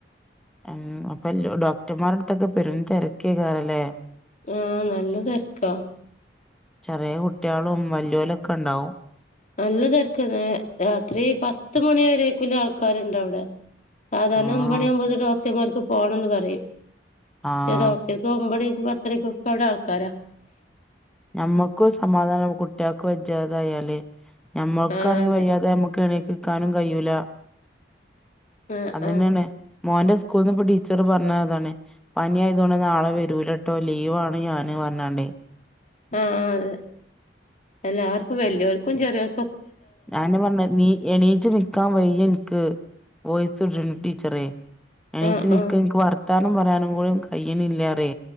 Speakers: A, in the centre; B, on the left.
A: ഉഹ് അപ്പൊ എല്ലൊ ഡോക്ടർമാരടുത്തൊക്കെ പെരും തെരക്കയ്ക്കാരല്ലെ
B: ആഹ് നല്ല തെര്ക്കാ
A: ചെറിയേ കുട്ട്യാളും വെല്ല്യോലൊക്കെണ്ടാവും
B: നല്ല തെക്കെയ്നു രാത്രി പത്ത് മണി വരേക്കുള്ള ആൾക്കാരുണ്ടവിടെ സാധാരണ
A: ആഹ്
B: ഒമ്പണിയാവുമ്പോത്തിനു ഡോക്ടർമാർക്ക് പോണംന്ന് പറയും
A: ആഹ്
B: ശെ ഡോക് ചെൽപ്പോ ഒമ്പണിക്കും പത്തണിക്കൊക്കെ അവ്ടെ ആൾക്കാരാ
A: ഞമ്മക്കു സമാധാന കുട്ട്യാൾക്ക് വെജ്ജാതായാല് ഞമ്മൾക്കാണെങ്കി
B: ആ അതെ
A: വയ്യാതായ നമ്മുക്ക് എണീക്കിക്കാനും കഴിയൂല
B: ആ
A: അതെന്നേണ്
B: ആ
A: മോന്റെ സ്കൂൾന്ന് ഇപ്പൊ ടീച്ചറ് പറഞ്ഞ അതാണ് പനി ആയതോണ്ട് നാളെ വരൂലട്ടോ ലീവാണ് ഞൻ പറഞ്ഞാണ്ടെ
B: ആഹ് അതെ എല്ലാർക്കും വെല്ല്യോൽക്കും ചെറിയോൽക്കൊ
A: അഹന്നെ പർഞ്ഞെ നീ എണീച്ച് നിക്കാൻ വയ്യെനിക്ക് വോയിസ് <unintelligible> ടീച്ചറെ. എണീച്ച്
B: ആഹ്
A: നിക്ക്
B: ആഹ്
A: ഇൻക്ക് വർത്താനം പറയാനും കൂടി കയ്യ്ണില്ലാറേ.